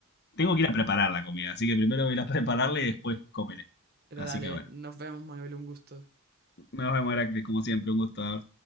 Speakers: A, on the left (about 50°); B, on the right (about 45°).
A: tengo que ir a preparar la comida. Así que primero voy a ir a prepararla y después comeré.
B: Pero
A: Así
B: dale,
A: que bueno.
B: nos vemos, Manuel, un gusto.
A: Nos vemos, Heracles, como siempre. Un gusto haber